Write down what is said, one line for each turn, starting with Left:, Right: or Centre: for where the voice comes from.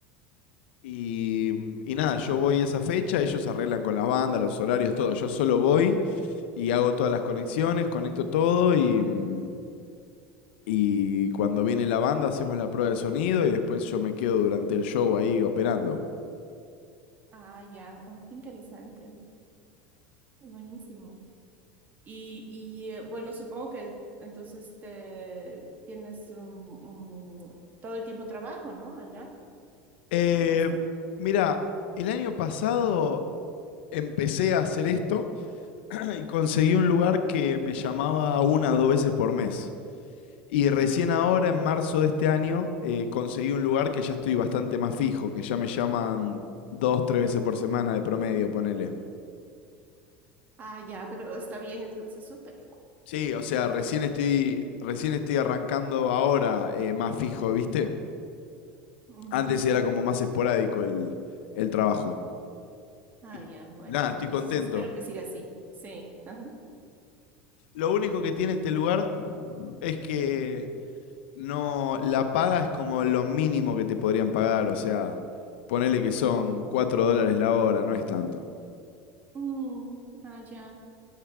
Left: Y, y nada, yo voy esa fecha, ellos arreglan con las bandas, los horarios, todo. Yo solo voy y hago todas las conexiones, conecto todo y, mm, y cuando viene la banda hacemos la prueba de sonido y después yo me quedo durante el show ahí operando.
Right: Ah, ya, oh, qué interesante. Buenísimo. Y, y eh, bueno, supongo que entonces te tienes un, un- todo el tiempo trabajo, ¿no? Allá
Left: Eh,
Right: con esto.
Left: mira, el año pasado empecé a hacer esto <clears throat> y conseguí un lugar que me llamaba una o dos veces por mes. Y recién
Right: Ah, ya.
Left: ahora, en marzo de este año, eh, conseguí un lugar que ya estoy bastante más fijo, que ya me llaman dos, tres veces por semana de promedio, ponele.
Right: Ah, ya, pero está bien, entonces súper.
Left: Sí, o sea, recién estoy, recién estoy arrancando ahora eh, más fijo, ¿viste?
Right: Ujú.
Left: Antes era como más esporádico el, el trabajo.
Right: Ah,
Left: Y
Right: ya, bueno,
Left: nada, estoy
Right: entonces
Left: contento.
Right: espero que siga así. Sí. Ajá.
Left: Lo único que tiene este lugar es que no, la paga es como lo mínimo que te podrían pagar, o sea, ponele que son 4 dólares la hora, no es tanto.
Right: Mm, ah, ya,